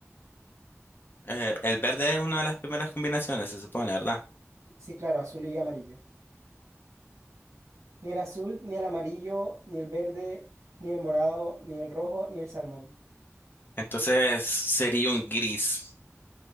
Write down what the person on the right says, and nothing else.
Sí, claro, azul y amarillo. Ni el azul, ni el amarillo, ni el verde, ni el morado, ni el rojo, ni el salmón.